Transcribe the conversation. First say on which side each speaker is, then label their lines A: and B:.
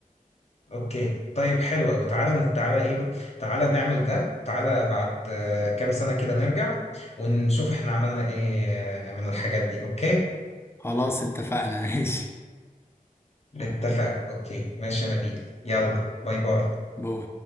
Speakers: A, on the left; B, on the left.
A: اوكي طيب حلو قوي تعالى تعالى ايه تعالى نعمل ده وتعالى بعد آه، كام سنة كده نرجع ونشوف احنا عملنا ايه آه، من الحاجات دي اوكي
B: خلاص اتفقنا <laughs> ماشي
A: مهم. اتفقنا اوكي ماشي يا نبيل يلا باي باي
B: بو